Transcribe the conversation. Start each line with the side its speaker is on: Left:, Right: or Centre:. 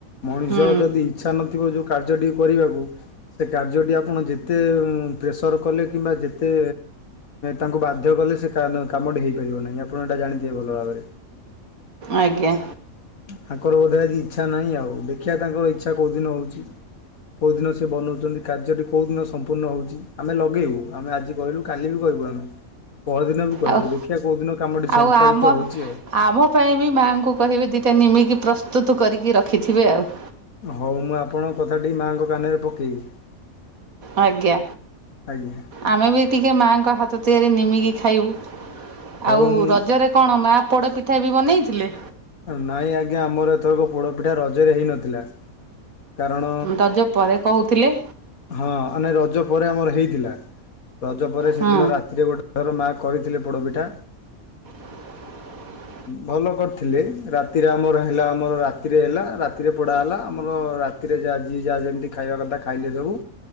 Left: ମଣିଷର
Right: ହୁଁ
Left: ଯଦି ଇଚ୍ଛା ନଥିବ ଯୋଉ କାର୍ଯ୍ୟଟିିକୁ କରିବାକୁ। ସେ କାର୍ଯ୍ୟଟି ଆପଣ ଯେତେ ପ୍ରେସର କଲେ କିମ୍ବା ଯେତେ ତାଙ୍କୁ ବାଧ୍ୟ କଲେ ସେ କାମଟି ହେଇପାରିବ ନାହିଁ ଆପଣ ଏଇଟା ଜାଣିଥିବେ ଭଲ ଭାବରେ।
Right: ଆଜ୍ଞା।
Left: ତାଙ୍କର ବୋଧେ ଆଜି ଇଚ୍ଛା ନାହିଁ ଆଉ ଦେଖିବା ତାଙ୍କର ଇଚ୍ଛା କୋଉଦିନ ହଉଛି? କୋଉଦିନ ସିଏ ବନାଉଛନ୍ତି କାର୍ଯ୍ୟଟି କୋଉ ଦିନ ସମ୍ପୂର୍ଣ୍ଣ ହେଉଛି ଆମେ ଲଗେଇବୁ ଆମେ ଆଜି କହିଲୁ? କାଲି ବି କହିବୁ ଆମେ ପହର ଦିନ ବି କହିବୁ
Right: ଆଉ
Left: ଦେଖିବା କୋଉଦିନ କାମଟି
Right: ଆଉ
Left: ସମ୍ପାଦିତ
Right: ଆମ
Left: ହଉଛି ଆଉ
Right: ଆମ ପାଇଁ ବି ମାଆଙ୍କୁ କହିବେ ଦୁଇଟା ନିମିକି ପ୍ରସ୍ତୁତ କରିକି ରଖିଥିବେ ଆଉ?
Left: ହଉ ମୁଁ ଆପଣଙ୍କ କଥାଟି ମାଆଙ୍କ କାନରେ ପକେଇବି।
Right: ଆଜ୍ଞା।
Left: ଆଜ୍ଞା
Right: ଆମେ ବି ଟିକିଏ ମାଆଙ୍କ ହାତ ତିଆରି ନିମିକି ଖାଇବୁ।
Left: ହଉ
Right: ଆଉ
Left: ମୁଁ
Right: ରଜରେ କଣ ମା ପୋଡ ପିଠା ବି ବନେଇଥିଲେ?
Left: ନାଇଁ ଆଜ୍ଞା ଆମର ଏଥର ପୋଡ ପିଠା ରଜରେ ହେଇନଥିଲା। କାରଣ
Right: ରଜ ପରେ କହୁଥିଲେ?
Left: ହଁ ନେ ରଜ ପରେ ଆମର ହେଇଥିଲା ରଜ ପରେ ସେଦିନ
Right: ହଁ।
Left: ରାତିରେ ଗୋଟେ ଏଥର ମାଆ କହିଥିଲେ ପୋଡ଼ପିଠା
Right: <inaudible>
Left: ଭଲ କରିଥିଲେ ରାତିରେ ଆମର ହେଲା ଆମର ରାତିରେ ହେଲା ରାତିରେ ପୋଡ଼ା ହେଲା ଆମର ରାରେ ଯାହା ଯି ଯାହା ଯେମତି ଖାଇବା କଥା ଖାଇଲେ ସବୁ